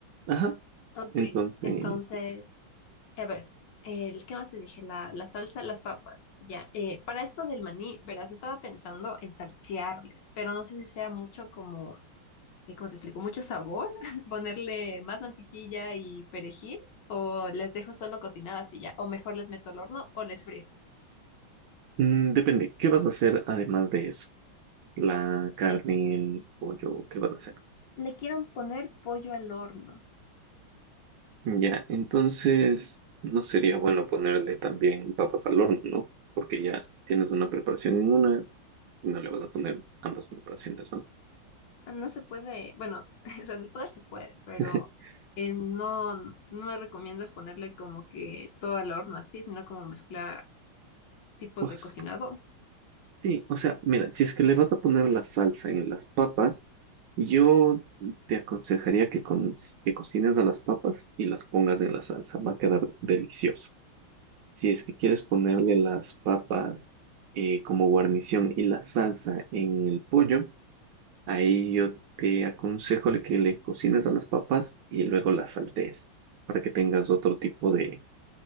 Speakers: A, on the right; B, on the left.
A: Ajá.
B: Ok,
A: Entonces,
B: entonces.
A: eso.
B: Eh, A ver, el, ¿qué más te dije? La, la salsa, las papas. Ya, eh, para esto del maní, verás, estaba pensando en saltearles, pero no sé si sea mucho como, eh, ¿cómo te explico? Mucho sabor, <laughs> ponerle más mantequilla y perejil, o las dejo solo cocinadas y ya, o mejor les meto al horno o les frío.
A: Mm, depende. ¿Qué vas a hacer además de eso? La carne,
B: L-
A: el pollo, ¿qué vas a hacer?
B: Le quieren poner pollo al horno.
A: Ya, entonces no sería bueno ponerle también papas al horno, ¿no? Porque ya tienes una preparación en una y no le vas a poner ambas preparaciones, ¿no?
B: Ah, No se puede, bueno, <laughs> o sea, de poder se puede, pero
A: <laughs>
B: eh, no, no me recomiendas ponerle como que todo al horno así, sino como mezclar. tipos
A: Pues
B: de cocinado.
A: Sí, o sea, mira, si es que le vas a poner la salsa en las papas, yo te aconsejaría que, con- que cocines a las papas y las pongas en la salsa, va a quedar delicioso. Si es que quieres ponerle las papas eh, como guarnición y la salsa en el pollo, ahí yo te aconsejo le- que le cocines a las papas y luego las saltees para que tengas otro tipo de,